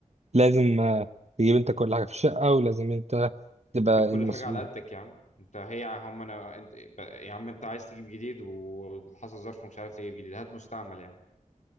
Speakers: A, on the right; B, on the left.
A: لازم آه، تجيب انت كل حاجه في الشقه ولازم انت تبقى
B: تجيب
A: المسؤول
B: كل حاجة على قدك يا عم انت هي هم انا انت ب- يا عم انت عايز تجيب جديد وحصل ظرف ومش عارف تجيب جديد هات مستعمل يا عم